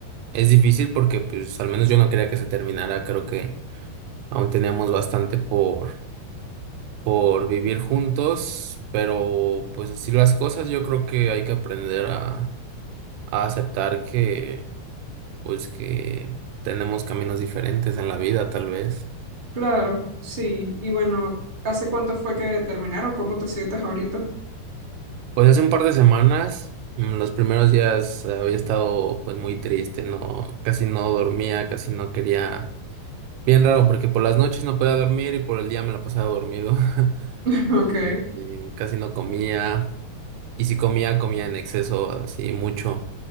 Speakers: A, on the right; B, on the right.
A: Es difícil porque pues al menos yo no quería que se terminara, creo que Aún teníamos bastante por, por vivir juntos, pero pues así las cosas, yo creo que hay que aprender a, a aceptar que pues que tenemos caminos diferentes en la vida, tal vez.
B: claro, sí. Y bueno, ¿hace cuánto fue que terminaron? ¿Cómo te sientes ahorita?
A: Pues hace un par de semanas, mm, los primeros días eh, había estado pues muy triste, no, casi no dormía, casi no quería. Bien raro, porque por las noches no podía dormir y por el día me la pasaba dormido. <laughs>
B: <laughs> Ok.
A: Eh, eh, Casi no comía. Y si comía, comía en exceso, así mucho.